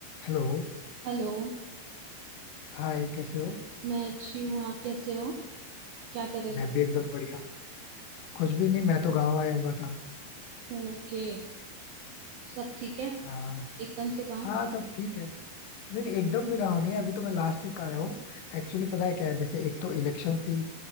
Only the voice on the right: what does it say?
हेलो
मैं अच्छी हूँ आप कैसे हो क्या कर रहे
थे
ओके सब ठीक है
एकदम से गांव